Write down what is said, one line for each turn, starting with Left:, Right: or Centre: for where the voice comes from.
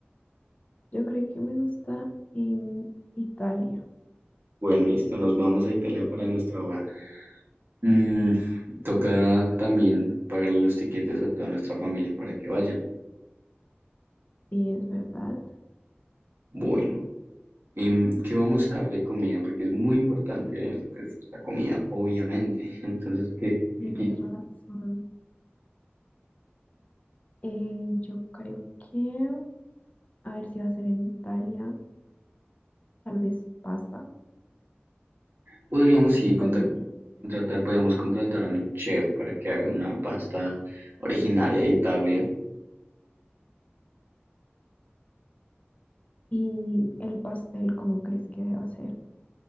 Left: Yo creo que me gusta en Italia.
Right: Bueno, listo, nos vamos a Italia para nuestra baja. Mm, toca también pagarle los tiquetes a toda nuestra familia para que vayan.
Left: Sí, es verdad.
Right: Bueno, em, ¿qué vamos a dar de comida? Porque es muy importante, pues, la comida, obviamente. <laughs> Entonces, ¿qué,
Left: Tienes
Right: qué qui-
Left: razón. Eh, yo creo que, a ver si va a ser en Italia. tal vez pasta,
Right: podríamos sí
Left: espagueti.
Right: conta- contratar? Podríamos contratar a un chef para que haga una pasta originaria de Italia.
Left: Y el pastel, ¿cómo crees que deba ser?